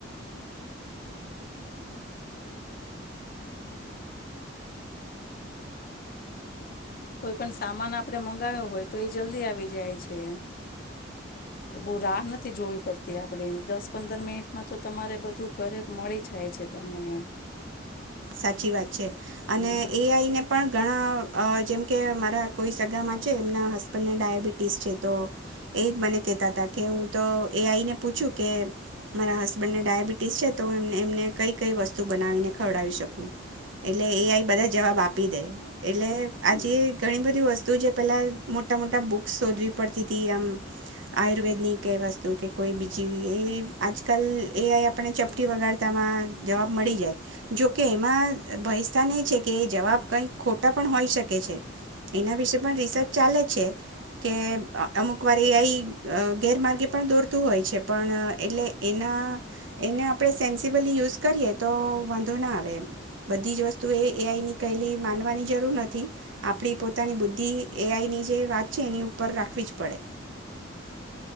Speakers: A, on the left (about 50°); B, on the right (about 80°).
A: કોઈ પણ સામાન આપડે મંગાવ્યો હોય તો એ જલ્દી આવી જાય છે, બહુ રાહ નથી જોવી પડતી આપણે દસ પંદર મિનિટમાં તો તમારે બધું ઘરે મળી જાય છે તમને એમ.
B: સાચી વાત છે, અને
A: હમ
B: એઆઈ ને પણ ઘણા જેમ કે મારા કોઈ સગામાં છે એમના હસબન્ડને ડાયાબિટીસ છે, તો એ જ મને કહેતા હતા કે, હું તો એ આઈને પૂછું કે મારા હસબન્ડને ડાયાબિટીસ છે તો એમને એમને કઈ કઈ વસ્તુ બનાવીને ખવડાવી શકું? એટલે એ આઈ બધા જવાબ આપી દે એટલે આજે
A: હમ
B: ઘણી બધી વસ્તુ જે પેલા મોટા મોટા બુક્સ શોધવી પડતી હતી, આમ આયુર્વેદ ની ક વસ્તુ કે કોઈ બીજી એ આજકાલ એ આઈ આપણે ચપટી વગાડતામાં જવાબ મળી જાય. જો કે એમાં ભયસ્થાન એ છે કે જવાબ કંઈક ખોટા પણ હોઈ શકે છે એના વિશે પણ રિસર્ચ ચાલે જ છે કે, અમુક વાર એ ગેરમાર્ગે પણ દોરતું હોય છે પણ એટલે એના એને આપણે સેન્સબલી યુઝ કરીએ તો વાંધો ના આવે. બધી જ વસ્તુ એ એ આઈની કલી માનવાની જરૂર નથી, આપડી પોતાની બુદ્ધિ એ આઈ ની જે વાત છે એની ઉપર રાખવી જ પડે.